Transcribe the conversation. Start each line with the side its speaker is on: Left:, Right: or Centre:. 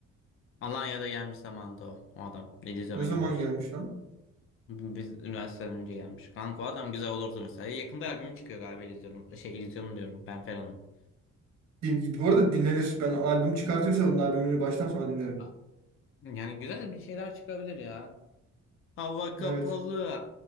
Left: Alanya'da gelmiş zamanında o. O adam. İllüzyona
Right: Ne zaman
Left: gelmiş.
Right: gelmiş lan?
Left: Biz üniversiteden önce gelmiş. Kanka o adam güzel olurdu mesela. Yakında albümü çıkıyor galiba İllüzyon'un. Şey İllüzyon'un diyorum Ben Fero'nun.
Right: Din- Bu arada dinlenir. Ben albüm çıkartıyorsa onun albümünü baştan sona dinlerim.
Left: Ha, Yani güzel bir şeyler çıkabilir ya. Hava kapalı
Right: Evet.